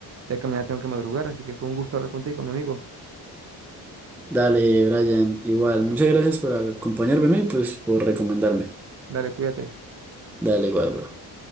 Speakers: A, on the right (about 40°); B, in the centre.
A: ya que mañana tengo que madrugar, así que fue un gusto hablar contigo, mi amigo.
B: Dale, Brian, igual. Muchas gracias por acompañarme ¿no? y pues por recomendarme.
A: Dale, cuídate.
B: Dale, igual, bro.